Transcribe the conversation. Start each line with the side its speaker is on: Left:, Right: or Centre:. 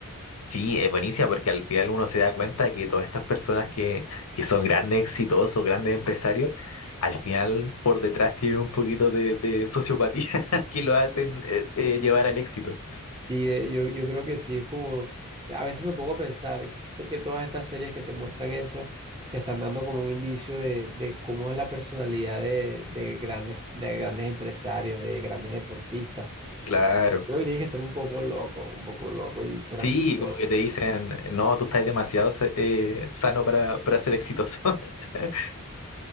Left: Sí, es buenísima porque al final uno se da cuenta que todas estas personas que, que son grandes, exitosos, grandes empresarios, al final por detrás tienen un poquito de, de sociopatía <laughs> que lo hacen eh, eh, llevar al éxito.
Right: Sí, de- yo, yo creo que sí, es como, a veces me pongo a pensar to- que todas estas series que te muestran eso, te están dando como un indicio de, de cómo es la personalidad de, de grandes, de grandes empresarios, de grandes deportistas.
Left: Claro.
Right: Creo que tienes que estar un poco loco, un poco loco y ser ambicioso.
Left: Sí, como que te dicen, no, tú estás demasiado sa- eh, sano para, para ser exitoso. <laughs>